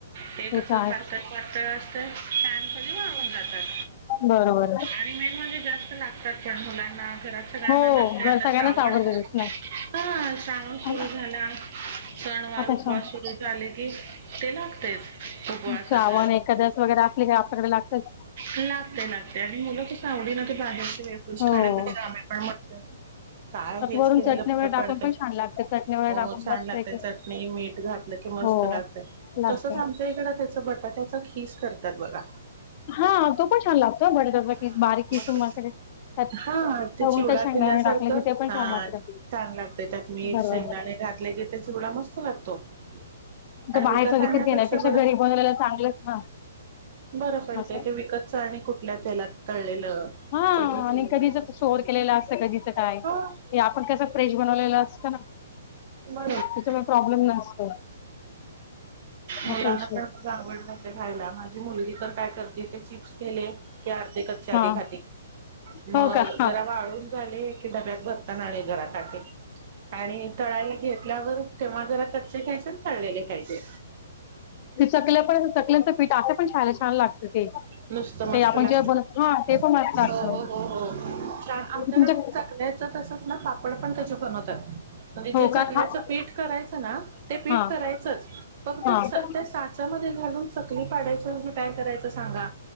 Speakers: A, on the right; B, on the left.
A: तेस
B: ते तर आहेच
A: पातळ पातळ असत फॅन कधरी वाळून जातात
B: बरोबर
A: आणि मेन म्हणजे जास्त लागतात पण मुलांना घरात सगळ्यांना
B: हो
A: लागत
B: घर
A: आता
B: सगळ्यांनाच
A: श्रावण
B: आवडत नाही
A: हा श्रावण सुरु
B: हा ना,
A: झाला सणवार
B: आता
A: उपवास
B: श्रावण
A: सुरू झाले की ते ना तेच... उपवासाच
B: श्रावण एखाद्यास वगैरे असले की आपल्याकडे लागतच.
A: लागतेय लागते आणि मुलं आवडी ना ते बाहेर तू
B: हो.
A: खाण्यापेक्षा आम्ही पण म्हणतय काय
B: त्यात
A: हेच
B: वरून
A: केलेलं
B: चटणी
A: बर
B: वगैरे टाकून
A: पडत
B: पण छान लागते चटणी वगैरे
A: हो
B: टाकून
A: छान
B: मस्तपैकी
A: लागते चटणी मीठ घातलं की मस्त
B: हो
A: लागतेय
B: लागतय.
A: आमच्या इकड त्याच बर.. त्याचा खीस करतात बघा.
B: हा तो पण छान लागतो बटाटा
A: हा
B: की बारीक किसून
A: मग
B: मस्त त्यात
A: हा ते
B: तळून
A: चिवडा
B: त्या शेंगदाणे
A: केल्यासारखं
B: वगैरे टाकले की ते पण
A: हा
B: छान लागतं.
A: छान लागतय त्यात मीठ
B: बरोबर.
A: शेंगदाणे घातल की चिवडा... मस्त आणि
B: तो बाहेरचा
A: विकत आणण्यापेक्षा
B: घेण्यापेक्षा
A: बर
B: घरी बनवलेला चांगलंच ना
A: बर पडते
B: असं.
A: ते विकतच आणि कुठ.. तेलात तळलेलं.
B: हा
A: कधी
B: आणि
A: केलेलं
B: कधीच स्टोअर केलेलं असत कधीच काय
A: हो
B: आपण कसं फ्रेश बनवलेलं असतं ना.
A: बबत
B: त्याच्यामुळे प्रॉब्लेम नसतो
A: मुलांना
B: असा इशू
A: पण म आवड खायला माझी मुलगी तर तिचे चिप्स केले की अर्धे कच्चे आधी
B: हा.
A: खाती मग
B: हो का? हां.
A: जरा वाळून.. झाले की डब्यात भरताना आले घरातात.. आणि तळायला घेतल्यावर तेव्हा जरा कच्चे खायचे तळलेले खायचे
B: ते चकल्या पण चकल्यांचं पीठ असं पण खायला छान लागतं ते.
A: नुसत मस्त
B: ते आपण
A: लागत
B: जेव्हा बनवतो हां ते पण मस्त
A: हो
B: लागतं.
A: हो हो छान आमच्याकडे
B: तुमच्या
A: ते चकल्याच तसच ना पाप.. पापड पण त्याचं बनवतात.. म्हणजे
B: हो
A: जे चकल्याचं
B: का? थाप
A: पीठ करायचं, ना ते पीठ
B: हां
A: करायचंच फक्त
B: हां
A: त्या साचामध्ये घालून चकली पाडायच म्हणजे काय करायचं सांगा